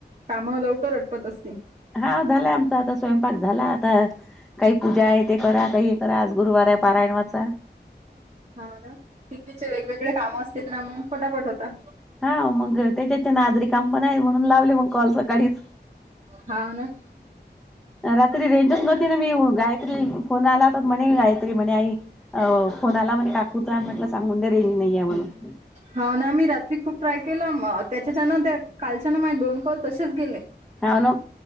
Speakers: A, on the right; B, in the centre.
A: काम लवकर अटपत असते
B: हा झालंय आमचा आता स्वयंपाक झाला आता काही पूजा आहे ते करा काही हे करा आज गुरुवार आहे पारायणवाचा
A: हा ना टिगवीचे वेगवेगळे कामं असतील ना मग पटाफट होता
B: हा मग त्याच्याच्या नाजर काम पण आहे म्हणून लावले मग कॉल सकाळीच
A: हा ना
B: रात्री रेंजच नव्हती ना मी गायत्री फोन आलाता म्हणे मी गायत्री म्हणे आई अ कोोणाला म्हणे काकूच म्हटलं सांग म्हण रेंज नाहीे म्हणून
A: हा ना मी रात्री खूप ट्राय केला त्याच्याच्या ना त्या कालच्यान माझ दोन कॉल तसेच गेले
B: हवन